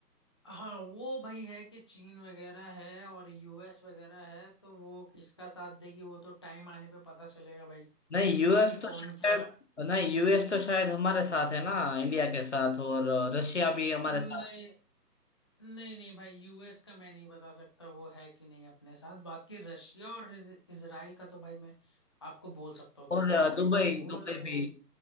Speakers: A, on the left; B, on the left.
A: हाँ वो भाई है कि चीन वगैरह है और यूएस वगैरह है तो वो किसका साथ देगी वो तो टाइम आने पे पता चलेगा भाई
B: नहीं यूएस
A: कि
B: तो
A: कौन
B: शायद
A: क्या
B: नहीं यूएस तो शायद हमारे साथ है ना इंडिया के साथ और रशिया भी हमारे
A: नहीं
B: साथ
A: नहीं नहीं भाई यूएस का मैं नहीं बता सकता वो है कि नहीं अपने साथ बाकी रशिया और इज- इसराइल का तो भाई मैं आपको बोल सकता हूँ कि
B: और अ,
A: हाँ भाई
B: दुबई
A: वो
B: दुबई भी